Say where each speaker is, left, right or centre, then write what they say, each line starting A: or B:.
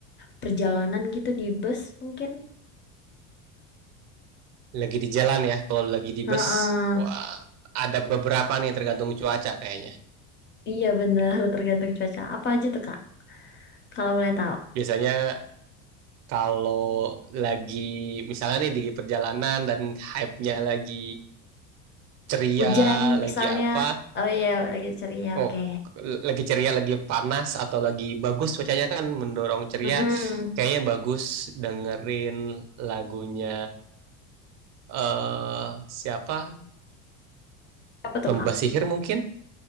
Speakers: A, on the left; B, on the right.
A: perjalanan gitu di bus mungkin?
B: Lagi di jalan ya, kalau lagi di
A: Heeh,
B: bus, wah ada beberapa nih tergantung cuaca kayaknya.
A: Iya bener, <laughs> tergantung cuaca. Apa aja tuh Kak, kalau boleh tahu?
B: Biasanya kalau lagi misalnya nih di perjalanan dan hype-nya lagi ceria,
A: Hujan
B: lagi
A: misalnya,
B: apa,
A: oh iya lagi ceria,
B: oh
A: oke.
B: k- lagi ceria, lagi panas atau lagi bagus cuacanya kan mendorong ceria,
A: Mm-mm.
B: kayaknya bagus dengerin lagunya eh siapa?
A: Apa tuh
B: Lomba
A: Kak?
B: Sihir mungkin